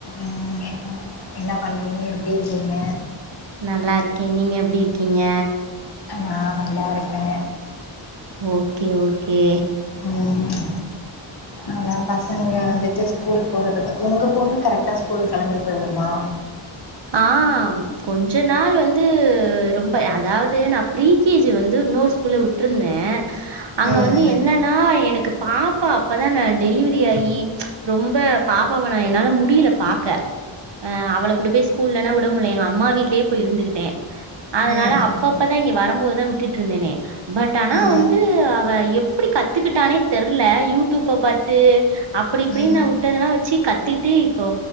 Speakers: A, on the left; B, on the right.
A: ம் என்ன ப என்ன பண்றீங்க எப்டி இருக்கீங்க
B: நல்லா இருக்கே நீங்க எப்டி இருக்கீங்க
A: நா நல்லா இருக்கே
B: ஓகே ஓகே
A: ம் அதா பசங்க வந்துட்டு ஸ்கூல் போறது உங்க பொண்ணு கரெக்டா ஸ்கூல் கெளம்பி போயிடுமா
B: ஆ கொஞ்ச நாள் வந்து ரொம்ப அதாவது நா ப்ரீகேஜி வந்து இன்னொரு ஸ் கூல்ல வுட்ருந்த அங்க
A: ம்
B: வந்து என்ன ன்னா எனக்கு பாப்பா அப்பதா நா டெலிவரி ஆகி ரொம்ப பாப்பாவ நா என்னால முடியல பாக்க ஆ அவள கொண்டு போய் ஸ்கூல்லல்லா விட முடில எங்க அம்மா வீட்லயே போய் இருந்துகிட்டே அதனால
A: ம் ம் ம்
B: அப்ப அப்பதா இங்க வரம்போதுதா விட்டுட்டு இருந்தனே பட் ஆனா
A: ம் ம்
B: வந்து அவ எப்படி கத்துக்கிட்டானே தெர்ல யூடடயூப்ப பாத்து அப்படி இப்படின்னு
A: ம்
B: நா வுட்டதெல்லா வச்சி கத்துட்டு இப்போ